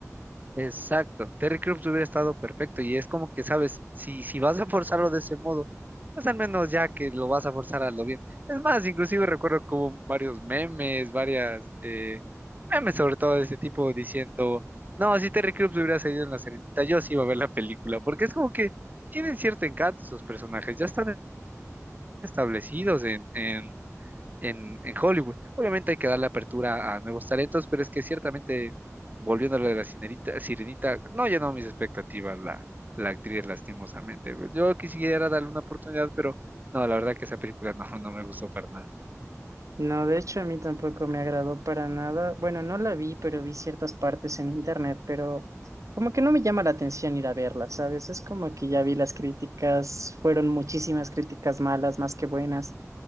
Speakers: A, on the right; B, on the right.
A: Exacto, Terry Crews hubiera estado perfecto y es como que, sabes, si, si vas a forzarlo de ese modo, pues al menos ya que lo vas a forzar a lo bien. Es más, inclusive recuerdo como varios memes, varias eh, memes sobre todo de ese tipo diciendo, no, si Terry Crews hubiera salido en la serenita, yo sí iba a ver la película, porque es como que tienen cierto encanto esos personajes, ya están establecidos en, en en, en Hollywood. Obviamente hay que darle apertura a nuevos talentos, pero es que ciertamente, volviendo a lo de la sirenita, sirenita, no llenó mis expectativas la, la actriz, lastimosamente. Yo quisiera darle una oportunidad, pero no, la verdad que esa película no, no me gustó para nada.
B: No, de hecho a mí tampoco me agradó para nada. Bueno, no la vi, pero vi ciertas partes en internet, pero como que no me llama la atención ir a verla, ¿sabes? Es como que ya vi las críticas, fueron muchísimas críticas malas más que buenas.